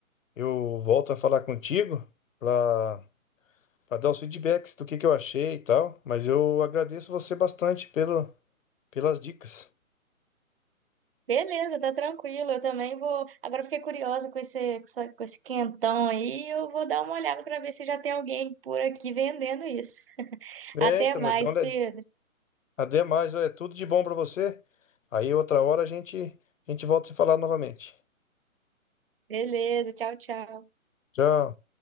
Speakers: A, on the left; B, on the right.
A: eu volto a falar contigo para dar os feedbacks do que que eu achei e tal. Mas eu agradeço você bastante pelo, pelas dicas.
B: Beleza, tá tranquilo. Eu também vou. Agora eu fiquei curiosa com esse, com essa- com esse quentão aí. Eu vou dar uma olhada para ver se já tem alguém por aqui vendendo isso.
A: É,
B: Até
A: então,
B: mais,
A: mas dá uma olhadinha.
B: Pedro.
A: Até mais, é tudo de bom pra você. Aí outra hora a gente, a gente volta a se falar novamente.
B: Beleza, tchau, tchau.
A: Tchau.